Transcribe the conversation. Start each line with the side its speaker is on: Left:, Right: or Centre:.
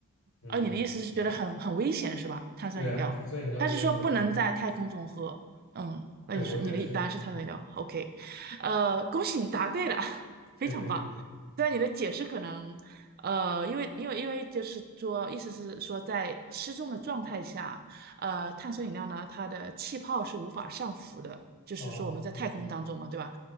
Left: 嗯，
Right: 啊，你的意思是觉得很很危险是吧？碳酸饮料，
Left: 对啊，碳酸饮料应该不能喝
Right: 他是说不能在太空中喝。嗯，那你说你的答案是碳酸饮料，OK，
Left: 对，我觉得是，
Right: 呃，恭喜你答对了，<laughs> 非常棒。
Left: 对对对，
Right: 虽然你的解释可能，呃，因为因为因为就是说，意思是说在失重的状态下，呃，碳酸饮料呢，它的气泡是无法上浮的，就是说我们在太空当中嘛，
Left: 哦，
Right: 对吧？